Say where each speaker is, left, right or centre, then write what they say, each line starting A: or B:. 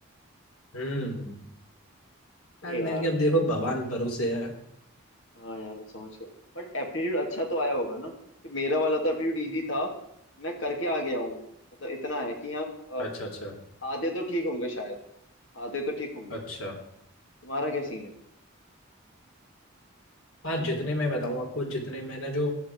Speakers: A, on the left; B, on the left.
A: हम्म
B: अरे
A: अब
B: यार
A: मैंने कहा, अब देखो भगवान भरोसे है
B: हाँ यार वो समझ गया बट एप्टीट्यूड अच्छा तो आया होगा ना कि मेरा वाला तो एप्टीट्यूड इजी था मैं करके आ गया हूँ मतलब इतना है कि हाँ अ,
A: अच्छा अच्छा
B: आधे तो ठीक होंगे शायद आधे तो ठीक होंगे
A: अच्छा
B: तुम्हारा क्या सीन है
A: हाँ जितने मैं बताऊँ आपको जितने मैंने जो